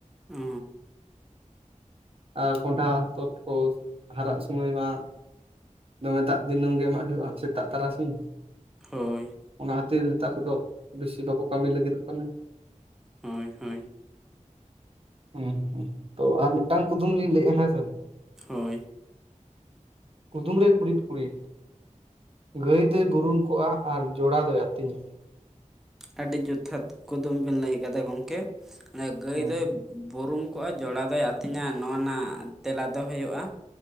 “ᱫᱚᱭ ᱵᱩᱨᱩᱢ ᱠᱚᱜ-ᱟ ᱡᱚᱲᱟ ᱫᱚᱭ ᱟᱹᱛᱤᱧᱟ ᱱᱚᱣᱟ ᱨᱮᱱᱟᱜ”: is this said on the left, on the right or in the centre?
Centre